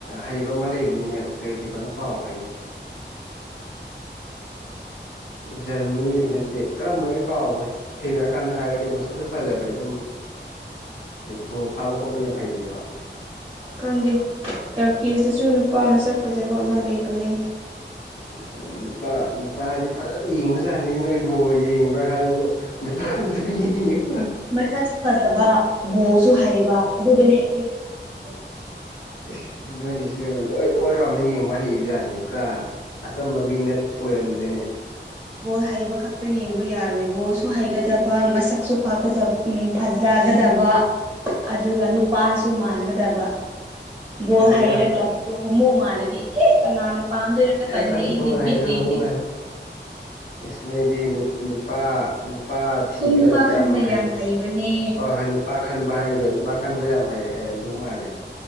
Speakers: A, on the left; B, on the right.
A: ꯍꯩꯕ ꯑꯃ ꯂꯩꯕꯅꯤꯅꯦ ꯀꯩ ꯀꯤꯞꯄꯔꯅꯣ ꯀꯥꯎꯒꯔꯦꯅꯦ ꯖꯔꯃꯥꯅꯤꯒꯤ ꯅꯠꯇꯦ ꯀꯔꯝꯕꯅꯣ ꯑꯩ ꯀꯥꯎꯈꯒ꯭ꯔꯦ ꯊꯦꯡꯅꯔꯀꯥꯟꯗ ꯍꯥꯏꯔꯒꯦ ꯃꯁꯛꯁꯨ ꯐꯖꯕꯅꯦ ꯑꯗꯨꯝꯣ ꯕꯣꯜ ꯐꯥꯕ ꯈꯣꯠꯄ ꯌꯥꯝ ꯍꯩꯕꯅꯦꯕ
B: ꯈꯪꯗꯦ ꯇꯔꯀꯤꯁꯇꯁꯨ ꯅꯨꯄꯥ ꯃꯁꯛ ꯐꯖꯕ ꯑꯃ ꯂꯩꯕꯅꯦ
A: ꯑꯁ ꯅꯨꯄꯥ ꯅꯨꯄꯥꯗꯤ ꯐꯖꯅ ꯌꯦꯡꯕꯖꯥꯠꯅꯦ ꯅꯣꯏ ꯕꯣꯜ ꯌꯦꯡꯕ꯭ꯔꯥ ꯍꯥꯏꯕꯕꯨ ꯅꯨꯄꯥꯗꯤ ꯑꯗꯨꯝ ꯌꯦꯡꯉꯤ
B: ꯃꯁꯛꯁꯨ ꯐꯖꯕ ꯕꯣꯜꯁꯨ ꯍꯩꯕ ꯑꯗꯨꯗꯅꯦ ꯑꯩꯈꯣꯏ ꯌꯦꯡꯉꯤꯁꯦ
A: ꯢꯁ ꯅꯣꯏꯁꯨ ꯂꯣꯏ ꯑꯣꯜ ꯔꯥꯎꯟꯗ ꯌꯦꯡꯕ ꯍꯩꯕ ꯖꯥꯠꯅꯤꯅꯦ ꯄꯨꯔꯥ ꯑꯆꯝꯕ ꯃꯤ ꯅꯠ ꯑꯣꯏꯔꯝꯗ꯭ꯔꯦꯅꯦ
B: ꯕꯣꯜ ꯍꯩꯕ ꯈꯛꯇ ꯌꯦꯡꯕ ꯌꯥꯔꯣꯏ ꯕꯣꯜꯁꯨ ꯍꯩꯒꯗꯕ ꯃꯁꯛꯁꯨ ꯐꯖꯒꯗꯕ ꯑꯗꯨꯒ ꯅꯨꯄꯥꯁꯨ ꯃꯥꯟꯒꯗꯕ
A: ꯍꯣꯏꯅꯦ
B: ꯕꯣꯜ ꯍꯩꯔꯒ
A: ꯌꯥꯝ ꯐꯩ
B: ꯑꯗꯣ ꯍꯣꯃꯨ ꯃꯥꯜꯂꯗꯤ ꯑꯤ ꯀꯅꯥꯅ ꯄꯥꯝꯗꯣꯏꯅꯣ
A: ꯑꯁ
B: ꯇꯜꯂꯤ
A: ꯑꯁ
B: ꯑꯩꯗꯤ
A: ꯕꯣꯜ
B: ꯕꯤꯠ
A: ꯍꯩꯔꯒ
B: ꯂꯩꯇꯦ
A: ꯍꯧꯕ ꯃꯥꯜꯂꯦ ꯏꯁ ꯅꯣꯏꯗꯤ ꯅꯨꯄꯥ ꯅꯨꯄꯥ
B: ꯑꯩꯈꯣꯏ
A: ꯊꯤꯒꯥꯗꯕꯖꯦ
B: ꯅꯨꯄꯥ
A: ꯌꯥꯝ
B: ꯈꯟꯕ
A: ꯍꯩꯌꯦ
B: ꯍꯩꯕꯅꯦ
A: ꯍꯣꯏ ꯍꯣꯏ ꯅꯨꯄꯥ ꯈꯟꯕ ꯍꯥꯏꯒꯗ꯭ꯔꯣ ꯅꯨꯄꯥ ꯈꯟꯕ ꯌꯥꯝ ꯍꯥꯏꯌꯦ ꯍꯥꯏꯔꯝꯃꯦ ꯑꯗꯨ ꯃꯥꯔꯦ